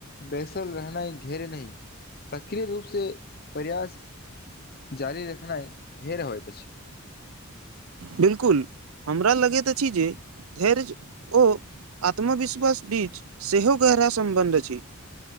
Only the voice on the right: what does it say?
बिल्कुल हमरा लगैत अछि जे धैर्य ओ आत्मविश्वास बीच सेहो गहरा सम्बन्ध अछि